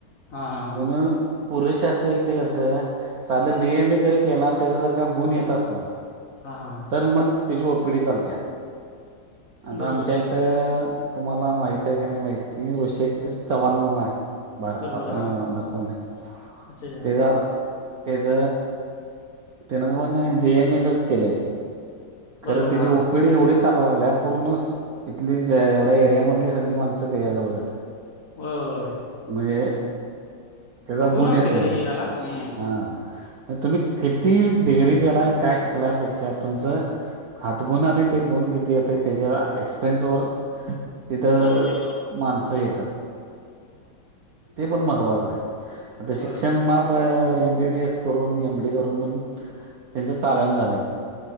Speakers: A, on the left; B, on the right.
A: हा हा
B: म्हणून पुरुषशास्त्र येते कसं साधं
A: हा हा
B: बीएम ए जरी. केला आणि त्याचा जर का गुण येत असला-
A: हा हां हां
B: तर मग त्याची ओ पी डी चालत्या आता
A: बरोबर
B: आमच्या
A: की
B: इथ तुम्हाला माहित आहे की नाही माहिती ऋषेक चव्हाण म्हणून हाय. भारतात
A: बरोबर हा
B: भारतामध्ये
A: अच्छा अच्छा
B: तेचा तेच. तन पण बीएम एसच केलंय
A: बरोबर
B: खरं तची
A: हा
B: ओ पिढी एवढी चालू लागल्या पूर्ण इथली एवढ्या एरिया मधली सगळी माणसं त्याजवळ जातात.
A: होय होय.
B: म्हणजे त्याचा गुण
A: असतो
B: येतोय
A: का एकेकाला बरोबर
B: हा तुम्ही किती डिग्री करा काय शिकलापेक्षा तुमचं हात गुणाने ते गुण किती येत त्याच्या एक्सप्रियन्स वर तिथं
A: की बरोबर
B: माणसं येतात ते पण महत्त्वाचं आहे. आता शिक्षण
A: होय होय
B: माप एम बी बीए स करून एम डी करू - पण त्यांच चालण झाले.